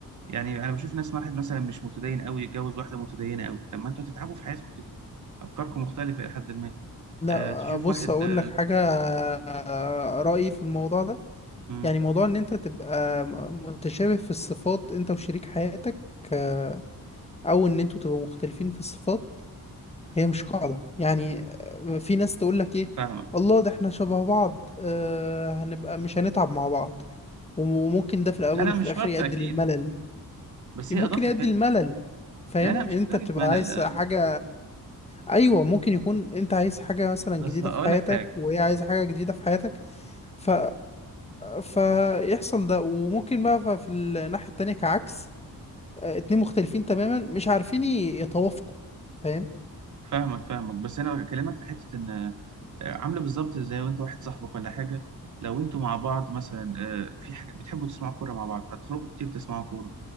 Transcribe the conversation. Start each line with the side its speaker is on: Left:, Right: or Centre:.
Right: يعني انا بشوف ناس واحد مثلا مش متدين قوي يتجوز واحده متدينه قوي طب ما انتوا هتتعبوا في حياتكم كده افكاركم مختلفه الى حد ما
Left: لا
Right: أه تشوف
Left: بص
Right: واحد
Left: اقول
Right: أه
Left: لك حاجة آه، رأيي في الموضوع ده
Right: مم،
Left: يعني موضوع ان انت تبقى م- متشابه في الصفات انت وشريك حياتك آه، او ان انتوا تبقوا مختلفين في الصفات هي مش قاعدة يعني آه، في ناس تقول لك ايه
Right: فاهمك
Left: الله ده احنا شبه بعض آه، هنبقى مش هنتعب مع بعض وممكن ده في الاول
Right: لا لا
Left: وفي
Right: مش
Left: الاخر
Right: شرط
Left: يؤدي
Right: اكيد
Left: للملل
Right: بس
Left: ممكن
Right: هي اضافه
Left: يؤدي
Right: حلوه
Left: الملل فاهم
Right: لا لا مش
Left: انت
Right: لدرجه
Left: بتبقى
Right: ملل
Left: عايز
Right: آه،
Left: حاجة ايوه ممكن يكون انت عايز حاجة مثلا جديدة
Right: بس هقول
Left: في حياتك
Right: لك حاجه
Left: وهي عايزة حاجة جديدة في حياتك ف فيحصل ده وممكن بقى ف- في الناحية التانية كعكس آه، اتنين مختلفين تماما مش عارفين ي- يتوافقوا فاهم
Right: فاهمك فاهمك بس انا بكلمك في حته ان آه، عامله بالظبط زي وانت واحد صاحبك ولا حاجه لو انتوا مع بعض مثلا آه، في حاجه بتحبوا تسمعوا كوره مع بعض هتخرجوا كتير تسمعوا كوره